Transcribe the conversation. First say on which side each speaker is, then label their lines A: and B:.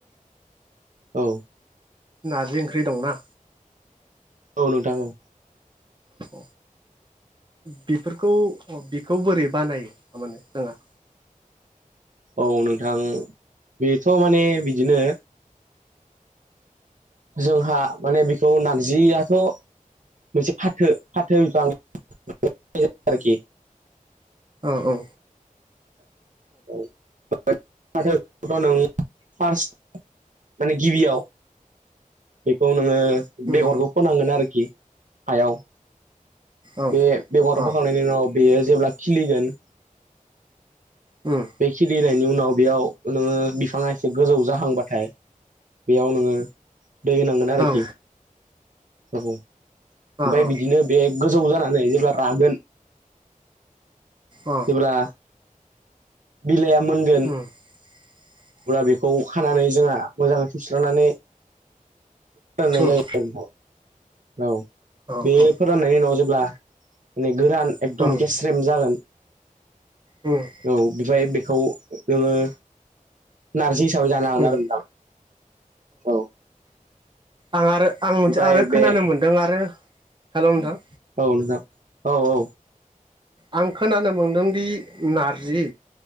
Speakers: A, on the right (about 65°); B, on the right (about 35°).
A: औ
B: नारजि ओंख्रि दंना।
A: औ नोंथां औ।
B: अह बेफोरखौ बेखौ बोरै बानायो थारमाने जोंहा
A: औ नोंथां बेथ' माने बिदिनो जोंहा माने बेखौ नारजियाथ' <unintelligible>
B: औ-औ
A: औ <unintelligible> फार्स्ट माने गिबियाव बेखौ नोङो
B: उम
A: बेगरखौ फोनांगोन आरोखि हायाव
B: औ
A: बे बेगराव
B: अ
A: बोखांनायनि उनाव बेयो जेब्ला खिलिगोन
B: ओम।
A: बे खिलिनायनि उनाव बेयाव नोङो बिफाङा एसे गोजौ जाहांबाथाय बेयाव नोङो दै होनांगोन आरोखि
B: औ
A: ओमफ्राय
B: अ अ
A: बिदिनो बे गोजौ जानानै जेब्ला रागोन
B: अ
A: बा बिलाइआ मोनगोन।
B: <inaudible>
A: अब्ला बेखौ खानानै जोंहा मोजाङै सुस्रांनानै नाय
B: उम
A: जायो आरो। औ
B: औ
A: बे
B: औ
A: फोराननायनि उनाव जेब्ला माने गोरान एकदम
B: उम
A: गेस्रेम जागोन
B: उम
A: औ बेमफ्राय बेखौ जोङो नारजि हिसाबै जानो हागोन
B: उम
A: आरोदां औ।
B: आं आरो आं
A: ओमफ्राय
B: मोनसे आरो
A: बे
B: खोनानो मोनदों आरो हेल' नोंथां।
A: औ नोंजां औ औ।
B: आं खोनानो मोनदोंदि नारजि